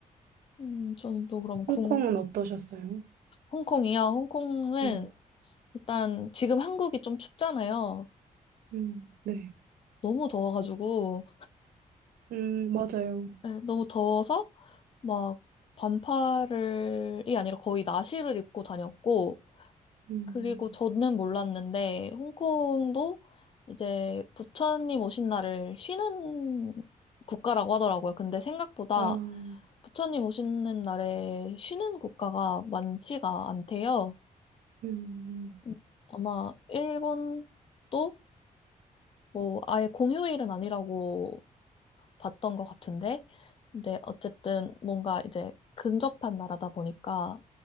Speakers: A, on the left (about 40°); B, on the right (about 85°).
A: 음, 저는 또 그럼 궁,
B: 홍콩은 어떠셨어요?
A: 홍콩이요. 홍콩은
B: 네.
A: 일단 지금 한국이 좀 춥잖아요.
B: 음, 네.
A: 너무 더워가지고,
B: 음, 맞아요.
A: 예, 너무 더워서 막 반팔을이 아니라 거의 나시를 입고 다녔고,
B: 음,
A: 그리고 저는 몰랐는데, 홍콩도 이제 부처님 오신 날을 쉬는 국가라고 하더라고요. 근데 생각보다
B: 아, 음,
A: 부처님 오시는 날에 쉬는 국가가 많지가 않대요.
B: 음,
A: 음, 아마 일본도 뭐 아예 공휴일은 아니라고 봤던 것 같은데, 근데 어쨌든 뭔가 이제 근접한 나라다 보니까